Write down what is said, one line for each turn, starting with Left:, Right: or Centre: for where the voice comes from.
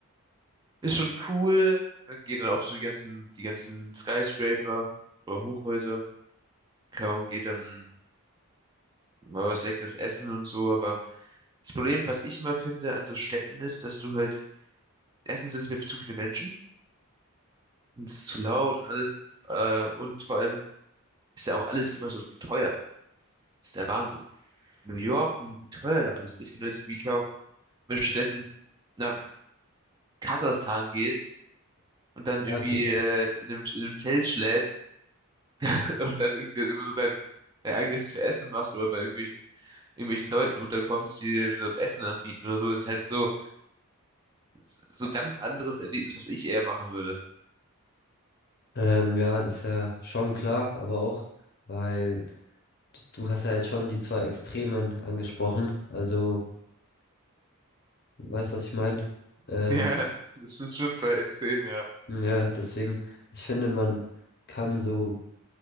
Right: Ist schon cool. Ne? Geht dann auf so die ganzen, die ganzen Skyscraper oder Hochhäuser. Keine Ahnung, geht dann mal was Leckeres essen und so. Aber das Problem, was ich immer finde an so Städten ist, dass du halt, erstens sind es mir zu viele Menschen und es ist zu laut und alles. Äh, und vor allem ist ja auch alles immer so teuer. Das ist der Wahnsinn. New York, wie wie teuer da alles ist. Wenn du jetzt, wie keine wenn du stattdessen nach Kasachstan gehst und dann irgendwie
Left: Ja, okay.
Right: äh, in einem, in einem Zelt schläfst, und dann irgendwie dann immer so sein, dein eigenes zu essen machst oder bei irgendwelchen, irgendwelchen Leuten unterkommst, die dir dann Essen anbieten oder so, das ist halt so, so ganz anderes Erlebnis, was ich eher machen würde.
Left: Ähm, ja, das ist ja schon klar, aber auch, weil d- du hast ja jetzt schon die zwei Extremen angesprochen. Also, weißt du, was ich meine? Ähm,
Right: Ja, <laughs> das sind schon zwei Extreme, ja.
Left: Ja, deswegen, ich finde, man kann so